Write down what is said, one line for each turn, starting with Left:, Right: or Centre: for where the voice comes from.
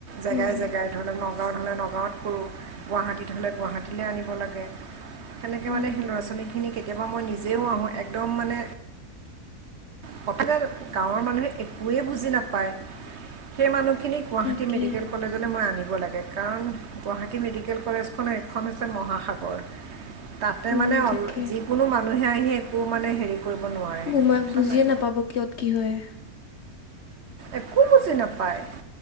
Right: জেগাই-জেগাই
Left: উম
Right: ধৰি লওঁক নগাঁৱত হ'লে নগাঁৱত কৰোঁ গুৱাহাটীত হ'লে গুৱাহাটীলে আনিব লাগে সেনেকে
Left: উম
Right: মানে সেই ল'ৰা ছোৱালীখিনি কেতিয়াবা মই নিজেও আহোঁ একদম মানে
Left: <inaudible>
Right: সহজে গাঁৱৰ মানুহে একোৱেই বুজি নাপায় সেই মানুহ গুৱাহাটী
Left: তাকে
Right: মেডিকেল কলেজলৈ মই আনিম কৰিব লাগে গুৱাহাটী মেডিকেল কলেজ খনৰ এখন মহাসাগৰ। তাতে
Left: উম
Right: মানে
Left: তাকে
Right: অল যিকোনো মানুহে আহি একো মানে হেৰি কৰিব নোৱাৰে
Left: বোমাক
Right: বুজিছ
Left: বুজিয়ে
Right: নাই
Left: নাপাব কিয়ত কি হয়?
Right: একো বুজি নাপায়